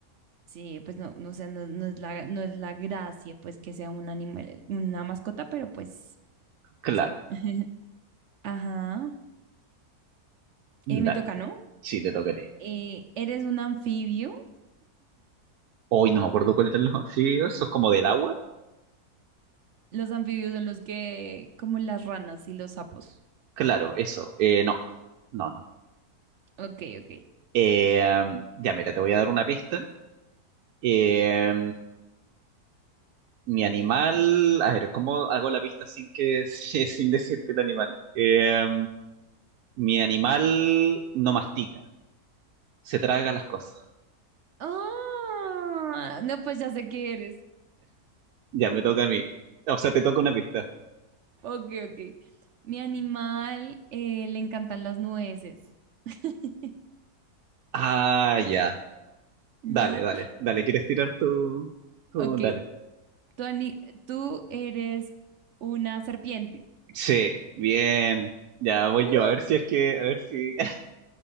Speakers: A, on the right; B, on the right.
A: Sí, pues no, no sé, no, no es la, no es la gracia, pues que sea un animal, una mascota, pero pues
B: Claro,
A: sí. <laughs> Ajá. Eh, me
B: dale.
A: toca, ¿no?
B: Sí, te tocaré.
A: Eh, ¿eres un anfibio?
B: Hoy no me acuerdo cuál era el nombre. Sí, eso es como del agua.
A: Los anfibios son los que, como las ranas y los sapos.
B: Claro, eso. Eh, no, no, no.
A: Ok, ok.
B: Eh, ya, mira, te voy a dar una pista. Eh, Mi animal, a ver, ¿cómo hago la pista sin que, <laughs> sin decirte el animal? Eh, mi animal no mastica, se traga las cosas.
A: Ah, no, pues ya sé qué eres.
B: Ya me toca a mí. O sea, te toca una pista.
A: Ok, ok. Mi animal eh, le encantan las nueces. <laughs>
B: Ah, ya.
A: ¿Ya?
B: Dale, dale, dale. ¿Quieres tirar tú tú
A: Ok.
B: dale.
A: Tú, ani- tú eres una serpiente.
B: Sí, bien. Ya voy
A: ¡Uh!
B: yo. A ver si es que, a ver si <laughs>